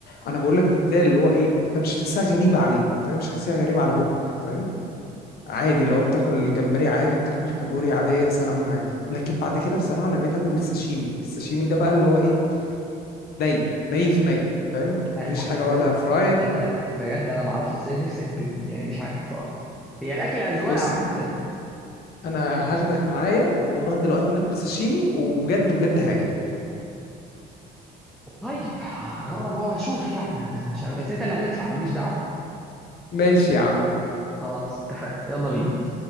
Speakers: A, on the left (about 65°); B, in the centre.
A: انا بقول لك دي بدايه اللي هو ايه انت مش هتحسها غريبه عليك فاهم مش هتحسها غريبه على بقك فاهم عادي لو بتاكل جمبري عادي بتاكل كابوري عاديه سلمون عادي لكن بعد كده بصراحه انا بقيت اكل الساشيمي الساشيمي ده بقى اللي هو ايه ني ني في ني فاهم
B: لا،
A: مفيش
B: ده
A: حاجه
B: ده-
A: ولا فرايد
B: ده- ده بجد انا ما اعرفش ازاي نفسك بج... يعني مش عارف صراحه هي الاكل اذواق
A: بص
B: عامه
A: انا هاخدك معايا ونروح دلوقتي ناكل ساشيمي وبجد بجد هيعجبك
B: طيب هجرب واشوف يعني مش- بس انت اللي هتدفع انا ماليش دعوه
A: ماشي يا عم
B: خلاص اتفقنا يلا بينا